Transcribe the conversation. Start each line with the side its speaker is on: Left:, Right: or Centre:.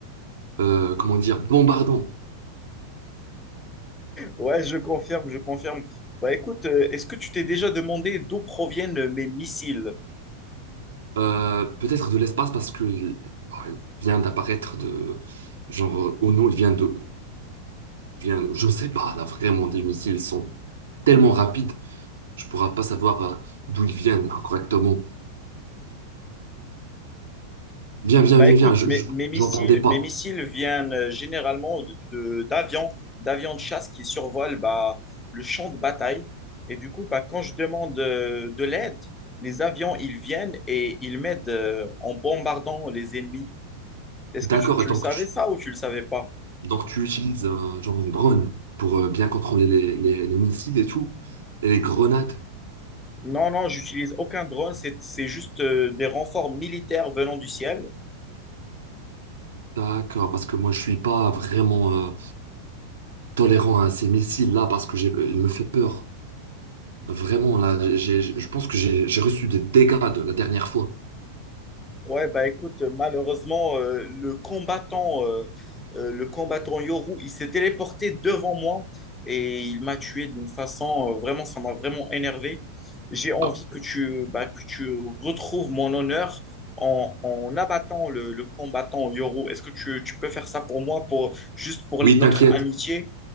Right: euh, comment dire, bombardant.
Left: Ouais, je confirme, je confirme. Bah écoute, euh, est-ce que tu t'es déjà demandé d'où proviennent euh, mes missiles?
Right: Euh, peut-être de l'espace parce qu'il bah, il vient d'apparaître de genre euh, Ono, il vient de vient, je sais pas là vraiment des missiles sont tellement rapides, je pourrais pas savoir euh, d'où ils viennent là, correctement. Viens, viens,
Left: Bah
Right: viens,
Left: écoute,
Right: viens, je,
Left: mes,
Right: je-
Left: mes missiles,
Right: j'entendais pas.
Left: mes missiles viennent euh, généralement de, de- d'avions, d'avions de chasse qui survolent bah, le champ de bataille. Et du coup, bah, quand je demande euh, de l'aide, les avions, ils viennent et ils m'aident euh, en bombardant les ennemis. Est-ce
Right: D'accord,
Left: que tu, tu
Right: donc
Left: le savais
Right: tu,
Left: ça ou tu le savais pas?
Right: donc tu utilises euh, genre une drone pour euh, bien contrôler les, les, les missiles et tout et les grenades.
Left: Non, non, j'utilise aucun drone, c'est, c'est juste euh, des renforts militaires venant du ciel.
Right: D'accord, parce que moi je suis pas vraiment euh, tolérant à ces missiles là parce que j'ai, il me fait peur. Vraiment, là, j'ai- j'ai- je pense que j'ai j'ai reçu des dégâts de la dernière fois.
Left: Ouais, bah écoute, malheureusement, euh, le combattant, euh, euh, le combattant Yoru, il s'est téléporté devant moi et il m'a tué d'une façon, euh, vraiment, ça m'a vraiment énervé. J'ai envie
Right: Ah,
Left: que tu, bah, que tu retrouves mon honneur en, en abattant le, le combattant Yoru. Est-ce que tu, tu peux faire ça pour moi, pour, juste pour
Right: oui,
Left: notre
Right: t'inquiète.
Left: amitié?